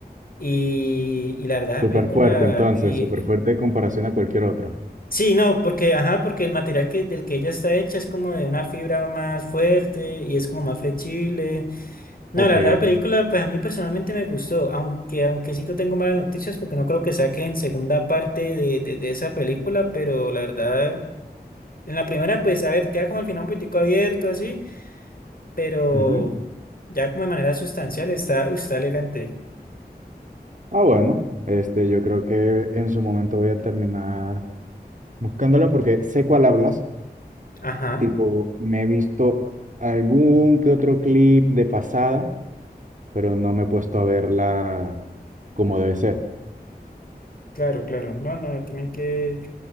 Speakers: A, on the left; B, on the right.
A: Y, y la verdad, la
B: Súper
A: película,
B: fuerte, entonces,
A: uy,
B: súper fuerte en comparación a cualquier otro.
A: sí, no, porque, ajá, porque el material que, del que ella está hecha es como de una fibra más fuerte y es como más flexible. No,
B: Ok.
A: la verdad, la película, pues a mí personalmente me gustó, aunque, aunque sí te tengo malas noticias porque no creo que saquen segunda parte de, de, de esa película, pero la verdad, en la primera, pues a ver, queda como al final un poquitico abierto así, pero
B: ujú.
A: ya como de manera sustancial está, uh, está elegante.
B: Ah, bueno, este, yo creo que en su momento voy a terminar buscándolo porque sé cuál hablas.
A: Ajá,
B: Tipo, me he visto algún que otro clip de pasada, pero no me he puesto a verla como debe ser.
A: claro, claro, no, no, tienen que,